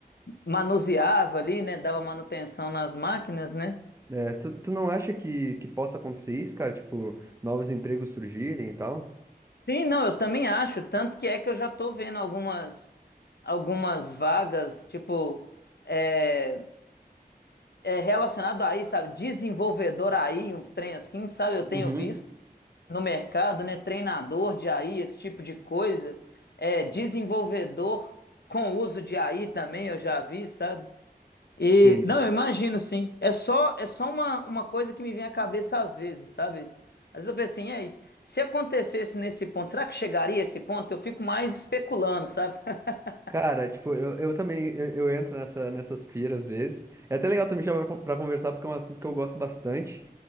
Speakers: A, on the left; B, on the right.
A: manuseava ali, né? Dava manutenção nas máquinas, né?
B: é, tu, tu não acha que, que possa acontecer isso, cara? Tipo, novos empregos surgirem e tal?
A: Sim, não, eu também acho, tanto que é que eu já tô vendo algumas algumas vagas, tipo, é, é relacionado a aí, sabe, desenvolvedor aí, uns trem assim, sabe, eu tenho
B: Uhum,
A: visto no mercado, né, treinador de AI, esse tipo de coisa, é desenvolvedor com uso de AI também, eu já vi, sabe? E
B: sim.
A: não, eu imagino sim. É só é só uma, uma coisa que me vem à cabeça às vezes, sabe? Às vezes eu penso assim, e aí, se acontecesse nesse ponto, será que chegaria a esse ponto? Eu fico mais especulando, sabe? <laughs>
B: Cara, tipo, eu, eu também, eu, eu entro nessa, nessas piras às vezes. É até legal tu me chamar pra pra conversar, porque é um assunto que eu gosto bastante.